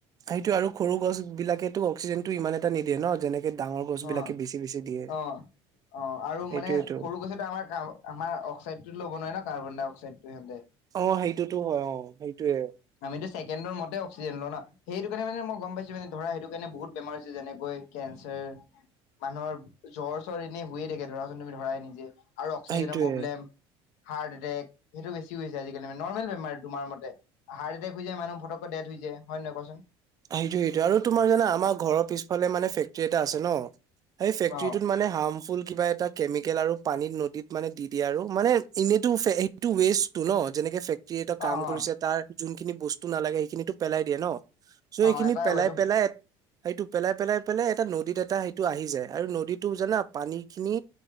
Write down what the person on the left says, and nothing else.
অ
অ অ' আৰু
মানে সৰু গছেটো আমাৰ কা- আমাৰ অক্সাইডটো ল'ব নোৱাৰে না, কাৰ্বন-ডাই-অক্সাইডতো সিহঁতে।
আমিতো ছেকেণ্ডৰ মতে অক্সিজেন লওঁ ন'? সেইটো কাৰণে মানে মই গম পাইছোঁ, মানে ধৰা সেইটো কাৰণে বহুত বেমাৰ হৈছে যেনেকৈ কেনচাৰ মানুহৰ জ্বৰ-চৰ এনেই হয়ে থাকে ধৰাচোন, তুমি ধৰাই নিজে। আৰু অক্সিজেনৰ
প্ৰব্লেম হাৰ্ট এটেক, সেইটো বেছি হৈছে আজিকালি। মানে নৰ্মেল বেমাৰ তোমাৰ মতে। হাৰ্ট এটেক হৈ যায় মানুহ ফটকে ডেথ হৈ যায়। হয় নে নহয় কোৱাচোন?
অ
অ অ
অ
এটা
এইটো